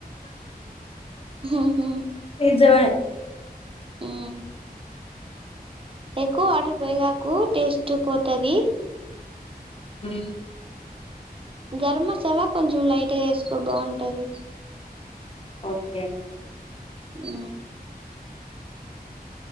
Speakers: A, on the right (about 35°); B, on the left (about 35°).
A: ఉహు
B: నిజమే
A: ఉ ఎక్కువ ఆర్డర్ పోయగాకు టేస్ట్ పోతది
B: ఉ
A: గరం మసాలా కొంచం లైట్గా వేసుకో బాగుంటది
B: ఓకే
A: ఊ